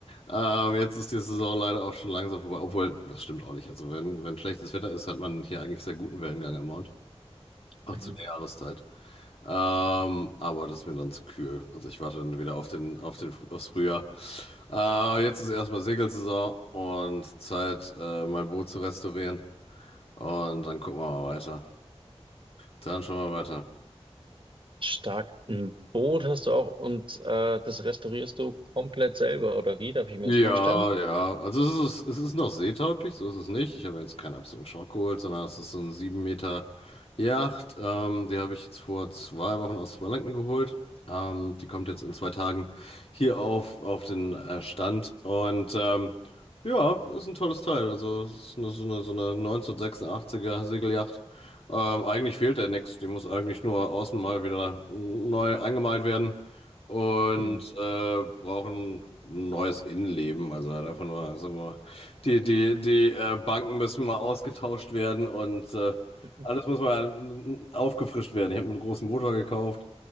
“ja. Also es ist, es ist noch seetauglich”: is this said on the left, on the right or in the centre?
Left